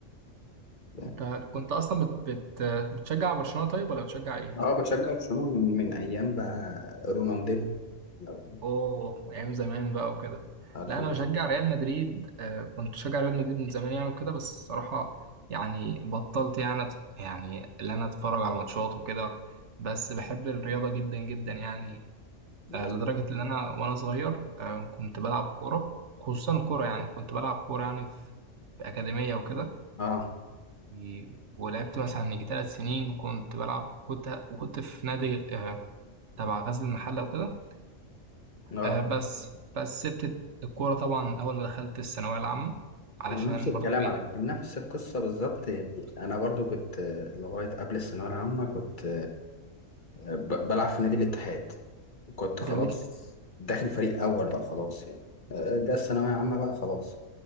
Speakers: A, on the left (about 40°); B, on the right (about 65°).
A: يعني
B: انت كنت اصلا بت... بت... بتشجع برشلونة طيب ولا بتشجع ايه؟
A: اه بشجع برشلونة من من ايام بقى رونالدينو لو
B: اوه ايام زمان بقى وكده
A: عارف
B: لا انا
A: الاسلوب
B: بشجع ريال مدريد آه... كنت بشجع ريال مدريد من زمان يعني وكده بس الصراحة يعني بطلت يعني أت- يعني اللي انا اتفرج على ماتشات وكده بس بحب الرياضة جدا جدا يعني آه،
A: بس
B: لدرجة إن أنا وأنا صغير آه، كنت بلعب كورة خصوصا كورة يعني كنت بلعب كورة يعني في في أكاديمية وكده
A: اه
B: و- ولعبت مثلا يجي ثلاث سنين كنت بلعب كنت وكنت في نادي آه، تبع غزل المحلة وكده
A: اه
B: آه، بس بس سبت الكورة طبعا أول ما دخلت الثانوية العامة علشان
A: هو نفس الكلام
B: برضو إيه
A: على فكرة نفس القصة بالظبط يعني انا برضو كنت آه، لغاية قبل الثانوية العامة كنت آه، ب- بلعب في نادي الاتحاد وكنت اه
B: جميل
A: خلاص داخل فريق اول بقى خلاص يعني آه، ده الثانويه عامه بقى خلاص